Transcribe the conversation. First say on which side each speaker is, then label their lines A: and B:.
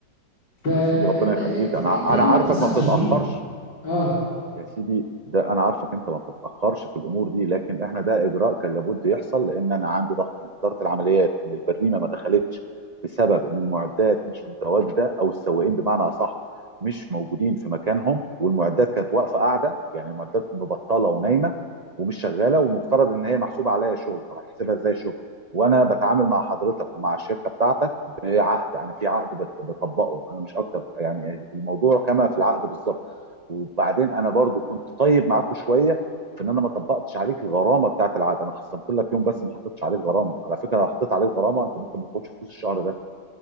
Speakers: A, on the left; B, on the right.
A: فانت
B: يا سيدي ربنا يخليك
A: انت
B: انا
A: انت ليه
B: انا عارفك
A: ما اتصلتش
B: ما بتتاخرش
A: بيه اه
B: يا سيدي ده انا عارفك انت ما بتتاخرش في الامور دي لكن احنا ده اجراء كان لابد يحصل لان انا عندي ضغط من اداره العمليات ان البريمه ما دخلتش بسبب ان المعدات مش متواجده او السواقين بمعنى اصح مش موجودين في مكانهم والمعدات كانت واقفه قاعده يعني المعدات مبطله ونايمه ومش شغاله والمفترض ان هي محسوبه عليا شغل طب هحسبها ازاي شغل وانا بتعامل مع حضرتك ومع الشركه بتاعتك بعقد انا في عقد بت- بطبقه انا مش اكتر يعني الموضوع كما في العقد بالظبط وبعدين انا برضو كنت طيب معاكم شويه في ان انا ما طبقتش عليك الغرامه بتاعت العقد انا خصمت لك يوم بس ما حطيتش عليك غرامه على فكره لو حطيت عليك غرامه انت ممكن ما تاخدش فلوس الشهر ده